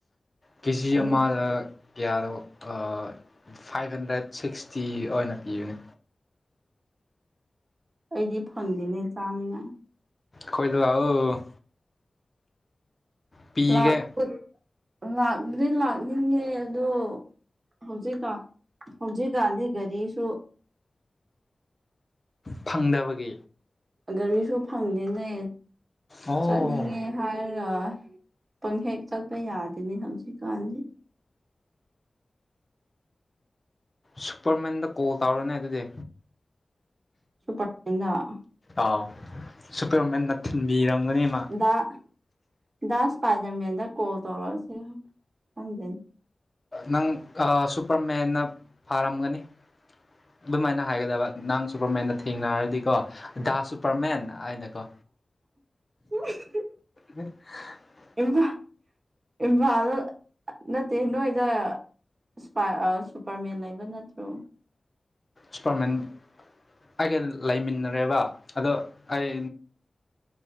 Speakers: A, on the left; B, on the right.
A: ꯀꯦꯖꯤ
B: ꯑꯩꯗꯤ
A: ꯑꯃꯥꯂꯛ ꯀꯤꯌꯥꯅ‌ꯣ ꯑꯥ ꯐꯥꯏꯚ ꯍꯟꯗ꯭ꯔꯦꯠ ꯁꯤꯛꯁꯇꯤ ꯑꯣꯏꯅ ꯄꯤꯕꯅꯦ
B: ꯑꯩꯗꯤ ꯐꯪꯗꯦꯅꯦ ꯆꯥꯅꯤꯉꯥꯏ
A: ꯈ‌ꯣꯏꯗ ꯂꯥꯑ‌ꯣ ꯄꯤꯒꯦ
B: ꯂꯥꯛꯄꯒꯤ ꯂꯥꯛꯄꯗꯤ ꯂꯥꯛꯅꯤꯡꯉꯦ ꯑꯗꯣ ꯍꯧꯖꯤꯛꯀꯥꯟ ꯍꯧꯖꯤꯛꯀꯥꯟꯗꯤ ꯒꯥꯔꯤꯁꯨ
A: ꯐꯪꯗꯕꯒꯤ
B: ꯒꯥꯔꯤꯁꯨ ꯐꯪꯗꯦꯅꯦ
A: ꯑꯣ
B: ꯆꯠꯅꯤꯡꯉꯦ ꯍꯥꯏꯔ ꯄꯪꯍꯦꯛ ꯆꯠꯄ ꯌꯥꯗꯦꯅꯦ ꯍꯧꯖꯤꯛꯀꯥꯟꯗꯤ
A: ꯁꯨꯄꯔꯃꯦꯟꯗ ꯀꯣꯜ ꯇꯧꯔꯅꯦ ꯑꯗꯨꯗꯤ
B: ꯄ <inaudible> <unintelligible>
A: ꯑꯥꯎ ꯁꯨꯄꯔꯃꯦꯟꯅ ꯊꯤꯟꯕꯤꯔꯝꯒꯅꯤ ꯃꯥ
B: ꯗꯥ ꯗꯥ ꯏꯁꯄꯥꯏꯗꯔ ꯃꯦꯟꯗ ꯀꯣꯜ ꯇꯧꯔꯁꯤꯔꯥ ꯈꯪꯗꯦꯅꯦ
A: ꯅꯪ ꯑꯥ ꯁꯨꯄꯔꯃꯦꯟꯅ ꯐꯥꯔꯝꯒꯅꯤ ꯑꯗꯨꯃꯥꯏꯅ ꯍꯥꯏꯒꯗꯕ ꯅꯥꯡ ꯁꯨꯄꯔꯃꯦꯟꯅ ꯊꯦꯡꯅꯔꯗꯤꯀꯣ ꯗꯥ ꯁꯨꯄꯔꯃꯦꯟ ꯍꯥꯏꯅꯀꯣ
B: ꯎ <unintelligible> <inaudible>
A: ꯎ <unintelligible> <inaudible>
B: ꯏꯝꯐꯥꯜ ꯏꯝꯐꯥꯜꯗ ꯅꯠꯇꯦ ꯅꯣꯏꯗ ꯏꯥꯁꯄꯥꯏ ꯑꯥ ꯁꯨꯄꯔꯃꯦꯟ ꯂꯩꯕ ꯅꯠꯇ꯭ꯔꯣ
A: ꯁꯄꯔꯃꯅꯦꯟ ꯑꯩꯒ ꯂꯩꯃꯤꯟꯅꯔꯦꯕ ꯑꯗꯣ ꯑꯩ